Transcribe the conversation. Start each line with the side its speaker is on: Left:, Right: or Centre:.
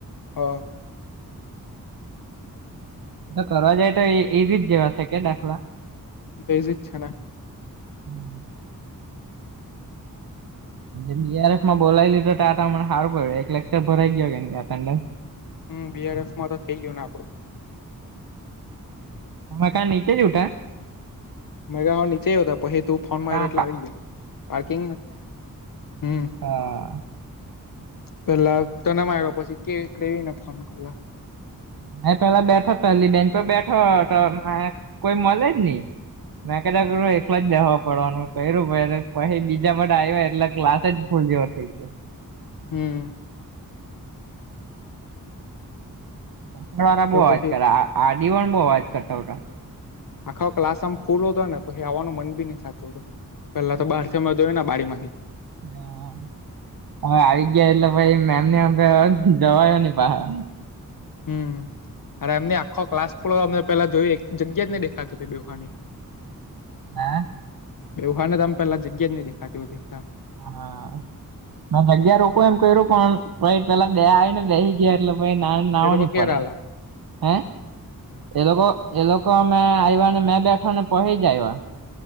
Left: અ
Right: કરવા જાય તો એ ઈઝીજ જેવા છે કે દાખલા
Left: તે ઈઝી જ છે ને
Right: હમ. બડીઆરએફમાં બોલાઇ લીધો તો આ મને સારું પડ એક લેક્ચર ભરાઈ ગયો અટેન્ડન્સ
Left: હમ બીઆરએફમાં તો થઇ ગયું ને આપડું.
Right: તમે કા નીચે જ ઉઠા.
Left: મ નીચે યોતા પછી તું ફોન માર
Right: કા
Left: એટલે આવી ગયા પાર્કિંગમાં હમ
Right: હા.
Left: પેલા તને માર્યો પછી કેવીને ફોન કર્યો.
Right: હ મે પેલા બેઠો પેહલી બેન્ચ પર બેઠો હતો કોઈ મળે જ નહી. મેં કદાચ એકલો બેહવા પડવાનું હતું કયરુ પછી બીજા બધા આયવા એટલે ક્લાસ જ ફૂલ જેવા થઈ ગયો.
Left: હમ.
Right: પર વાળા
Left: તો
Right: બહુ અવાજ
Left: પછી
Right: કર આડીવાણ બહુ અવાજ કરતા હતા.
Left: આખો ક્લાસ આમ ફૂલ હતો ને પછી આવવાનું મન બી નહી થતું હતું. પેહલા તો બહારથી અમે જોઈએ ને બારી માંથી
Right: હા હવે આવી ગયા એટલે ભાઈ મેમને હામ જવાયો નહી બહાર
Left: હમ અરે નય આખો ક્લાસ ફુલ અમે પહેલાં જોયેલી એક જગ્યા જ ને દેખાતી હતી બેહવાની
Right: હા.
Left: બેહવાની આમ પેલા જગ્યા જ નહીં દેખાતી હોતી
Right: હા ના જગ્યા રોકું એમ કર્યું પણ એમાં પહેલાં બે આવીને બેસી ગયા એટલે ના નાહવા
Left: એ લોકો
Right: નય
Left: ક્યારે
Right: પડાય
Left: આલા
Right: હે એ લોકો એ લોકો અમે આવ્યા ને મેં બેઠા ને પહી જ આવ્યા